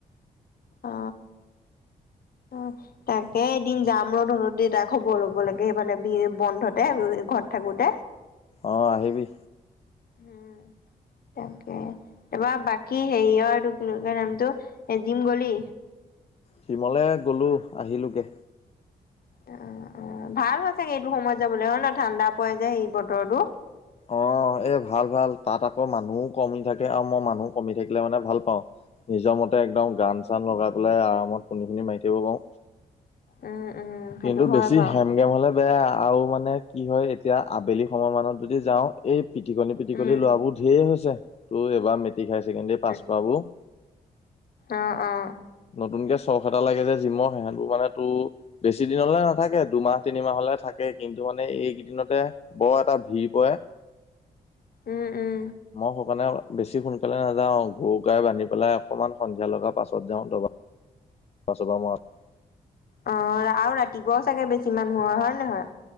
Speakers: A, on the left (about 60°); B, on the left (about 40°).
A: অ। অঁহ তাকে এদিন যাম ৰ তহঁতৰ দেতাৰ খবৰ ল'ব লেকে মানে বে বন্ধতে থাকোঁতে ঘৰত থাকোতে।
B: অ আহিবি।
A: উম। তাকে তাৰপৰা বাকী হেৰিয়ৰ এইটো কি বুলি কয় নামটো জিম গলি?
B: জিমলে গ'লো, আহিলোগে।
A: অ অ, ভাল হয় চাগে এইটো সময়ত যাবলৈ হয় ন ঠাণ্ডা পৰে যে এই বতৰটো?
B: অ এ ভাল ভাল তাত আকৌ মানুহো কমি থাকে আৰু মই মানুহ কমি থাকিলে মানে ভাল পাওঁ। নিজৰ মতে একদম গান চান লগাই পেলাই আৰামত শুনি শুনি মাৰি থাকব পাৰো।
A: উম উম সেইটো
B: কিন্তু
A: হয়
B: বেছি
A: বাৰু
B: হেম গেম হলে বেয়া আৰু মানে কি হয় এতিয়া আবেলি সময় মানত যদি যাওঁ এই পিটিকনি পিটিকলি
A: উম
B: লৰা বোৰ ধেৰ হৈছে, তোৰ এইবাৰ মেট্ৰিক হায়াৰ ছেকেণ্ডাৰী পাছ
A: উম
B: কৰাবোৰ।
A: অ অ
B: নতুনকে চখ এটা লাগে যে জিমৰ সেহঁতবোৰ মানে তোৰ বেছি দিনলে নাথাকে দুমাহ তিনিমাহলে থাকে কিন্তু মানে এইকেইদিনতে বৰ এটা ভিৰ পৰে।
A: উম উম।
B: মই সেইকাৰণে বেছি সোনকালে নাযাও, গৰু গাই বান্ধি পেলাই অকনমান সন্ধিয়া লগা পাছত যাওঁ। <unintelligible>
A: অ ৰা আৰু ৰাতিপুৱাও চাগে বেছি মানুহ শুৱা হয় নে নহয়?